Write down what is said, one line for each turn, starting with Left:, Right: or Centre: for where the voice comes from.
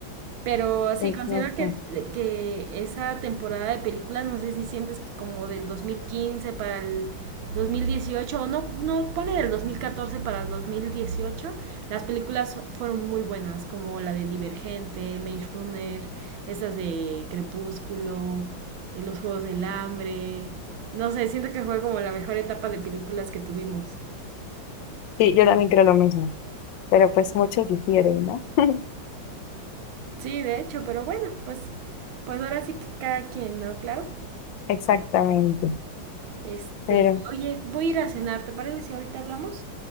Right: Pero sí,
Left: Exacto.
Right: considero que, que esa temporada de películas, no sé si sientes que como del 2015 para el 2018, o no, no, ponle del 2014 para el 2018, las películas fueron muy buenas, como la de Divergente, Maze Runner, estas de Crepúsculo, eh, Los Juegos del Hambre. No sé, siento que fue como la mejor etapa de películas que tuvimos.
Left: Sí, yo también creo lo mismo. Pero pues muchos difieren, ¿no? <laughs>
Right: Sí, de hecho, pero bueno, pues, pues ahora sí que cada quien, ¿no, Clau?
Left: Exactamente.
Right: Este,
Left: Pero,
Right: oye, voy a ir a cenar, ¿te parece si ahorita hablamos?